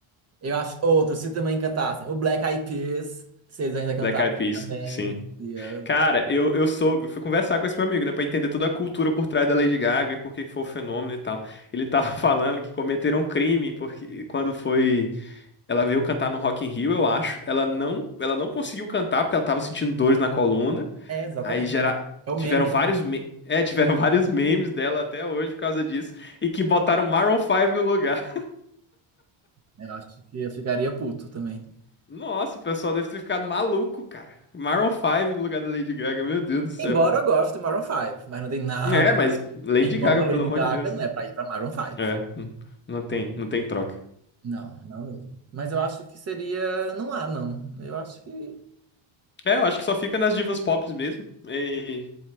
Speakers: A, on the right; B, on the left.
A: Eu acho outro, se também cantassem. O Black Eyed Peas, se eles ainda cantassem
B: Black Eyed Peas,
A: também.
B: sim.
A: seria-
B: Cara, eu, eu soube, eu fui conversar com esse meu amigo, né, pra entender toda a cultura por trás da Lady Gaga e por que foi o fenômeno e tal. Ele tava <laughs> falando que cometeram um crime porque quando foi, ela veio cantar no Rock in Rio, eu acho, ela não, ela não conseguiu cantar porque ela tava sentindo dores na coluna.
A: É, exatamente.
B: Aí gera...
A: É o
B: tiveram
A: meme.
B: vários me... é, tiveram <laughs> vários memes dela até hoje por causa disso. E que botaram Maroon 5 no lugar.
A: É, eu acho que eu ficaria puto também.
B: <laughs> Nossa, o pessoal deve ter ficado maluco, cara. Maroon 5 no lugar da Lady Gaga, meu Deus do céu.
A: Embora eu goste do Maroon 5, mas não tem nada.
B: É, mas Lady
A: Quem compra
B: Gaga, pelo
A: Lady
B: amor
A: Gaga
B: de Deus.
A: não é pra ir pra Maroon Five
B: É, n- não tem, não tem troca.
A: Não, não mesmo. Mas eu acho que seria. Não há, não. Eu acho que.
B: É, eu acho que só fica nas divas pop mesmo. E